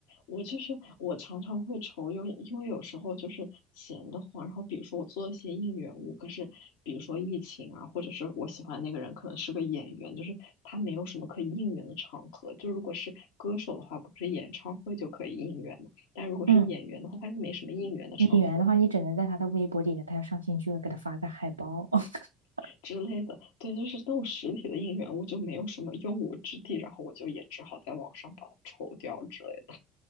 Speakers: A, on the left; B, on the right.
A: 我就是我常常会愁，因为因为有时候就是闲得慌，然后比如说我做一些应援物，可是比如说疫情啊，或者是我喜欢那个人可能是个演员，就是他没有什么可以应援的场合。就如果是歌手的话，不是演唱会就可以应援嘛？但如果是演员的话，
B: 嗯，
A: 他就没什么应援的场合
B: 演员的话，你只能在他的微博底下，他要上新剧会给他发个海报，<laughs>
A: 之类的。对，就是那种实体的应援物就没有什么用武之地，然后我就也只好在网上把它抽掉之类的。